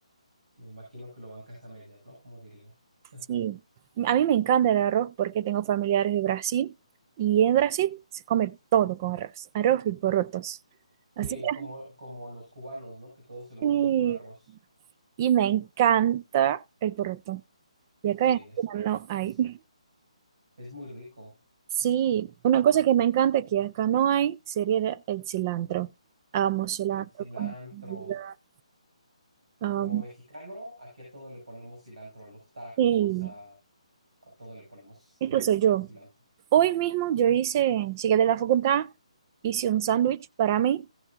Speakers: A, on the right; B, on the right.
A: me imagino que lo bancas a medias, ¿no? Como dirían. <laughs>
B: Sí. A mí me encanta el arroz porque tengo familiares de Brasil y en Brasil se come todo con arroz, arroz y porotos.
A: Sí,
B: Así que
A: como, como los cubanos, ¿no? Que todos se lo
B: sí,
A: comen con arroz.
B: y me encanta el poroto. Y acá
A: Sí,
B: en Argentina
A: es,
B: no hay.
A: es, es muy rico.
B: Sí, una cosa que me encanta que acá no hay sería el cilantro. Amo cilantro
A: El cilantro.
B: con vida. Am,
A: Como mexicano, aquí a todo le ponemos cilantro, a los tacos,
B: sí,
A: a, a todo le ponemos
B: esto
A: eh,
B: soy yo.
A: cilantro.
B: Hoy mismo yo hice, llegué de la facultad, hice un sándwich para mí